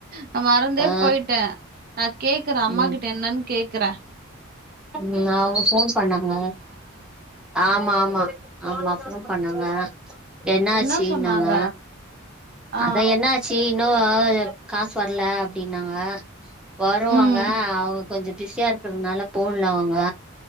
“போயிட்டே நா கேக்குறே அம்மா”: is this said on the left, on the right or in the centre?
Right